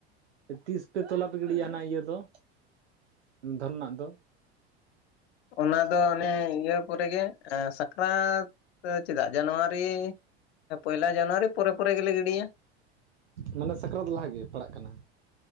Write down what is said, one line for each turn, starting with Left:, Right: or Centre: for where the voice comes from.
Right: ᱛᱤᱥ ᱯᱮ ᱛᱚᱞᱟ ᱯᱮ ᱜᱤᱰᱜᱭᱟ ᱚᱱᱟ ᱤᱭᱟᱹ ᱫᱚ ᱫᱷᱚᱨ ᱱᱟᱜ ᱫᱚ,
Left: ᱚᱱᱟ ᱫᱚ ᱚᱱᱮ ᱤᱭᱟᱹ ᱯᱚᱨᱮ ᱜᱮ ᱮ ᱥᱟᱠᱨᱟᱛ ᱮ ᱪᱮᱫᱟᱜ ᱡᱟᱱᱩᱣᱟᱨᱤ ᱯᱚᱭᱞᱟ ᱡᱟᱱᱩᱣᱟᱨᱤ ᱯᱚᱨᱮ ᱯᱚᱨᱮ ᱜᱮᱞᱮ ᱜᱤᱰᱤᱭᱟ,
Right: ᱢᱟᱱᱮ ᱥᱟᱠᱨᱟᱛ ᱞᱟᱦᱟᱜᱮ ᱯᱟᱲᱟᱜ ᱠᱟᱱᱟ,